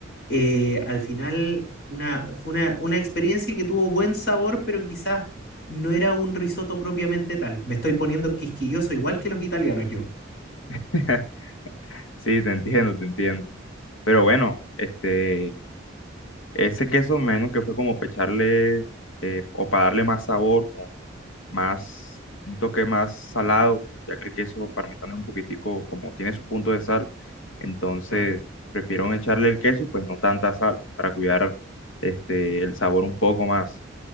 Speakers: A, on the left (about 55°); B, on the left (about 85°).
A: eh, al final una, fue una, una experiencia que tuvo buen sabor, pero quizás no era un risotto propiamente tal. Me estoy poniendo quisquilloso, igual que los italianos yo.
B: <laughs> Sí, te entiendo, te entiendo. Pero bueno, este, ese queso me imagino que fue como para echarle eh, o para darle más sabor, como más, un toque más salado, ya que el queso parmesano es un poquitico, como tiene su punto de sal, entonces
A: Claro.
B: prefiero echarle el queso y pues no tanta sal para cuidar este, el sabor un poco más.